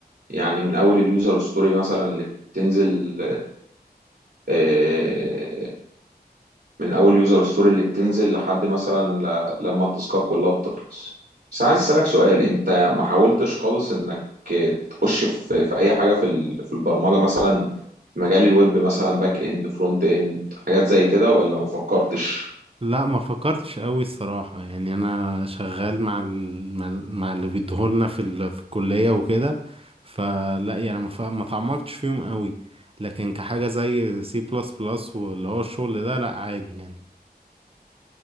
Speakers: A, on the right; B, on the right.
A: يعني من اول اليوزر ستوري مثلا اللي بتنزل آه، من اول يوزر ستوري اللي بتنزل لحد مثلا ل... لما التاسكات كلها بتخلص بس عايز اسالك سؤال انت ما حاولتش خالص انك تخش في, في اي حاجه في ال... في البرمجه مثلا مجال الويب مثلا باك اند فرونت اند حاجات زي كده ولا ما فكرتش
B: لا ما فكرتش قوي الصراحة يعني انا شغال مع ال... مع, ال... مع اللي بيديهولنا في ال... في الكلية وكده فلا يعني ما, ف... ما تعمقتش فيهم قوي لكن كحاجة زي سي بلس بلس واللي هو الشغل ده لا عادي يعني